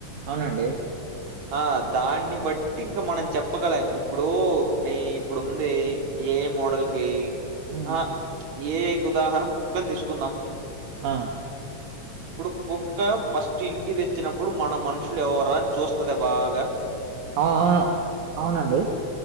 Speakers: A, on the right (about 85°); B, on the right (about 70°).
A: అవునండి
B: ఆ దాన్ని బట్టి ఇంకా మనం చెప్పగలం ఇప్పుడు న ఇప్పుడు ఉంది ఏ మోడల్ కి
A: హ్మ్.
B: ఆ ఏ ఉదాహరణ కుక్కని తీసుకుందాం
A: ఆ
B: ఇప్పుడు కుక్క ఫస్ట్ ఇంటి తెచ్చినప్పుడు మన మనుషులు ఎవరా అని చూస్తుద బాగా
A: అ అవును అవునండి